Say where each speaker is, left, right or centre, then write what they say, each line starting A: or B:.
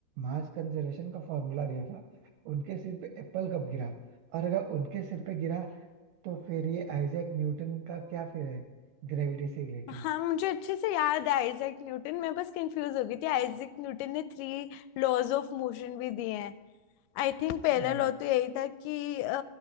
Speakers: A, on the right (about 75°); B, on the left (about 85°).
A: मास कंजर्वेशन का फॉर्मूला दिया था उनके सिर पे एप्पल कब गिरा और अगर उनके सिर पे गिरा तो फिर ये आइजैक न्यूटन का क्या फिर है ग्रेविटी से रिलेटेड
B: हाँ मुझे अच्छे से याद है आइजैक न्यूटन मैं बस कंफ्यूज हो गई थी आइजैक न्यूटन ने थ्री लॉज ऑफ मोशन भी दिए हैं आई थिंक पहला
A: नहीं
B: लॉ तो यही था कि अ,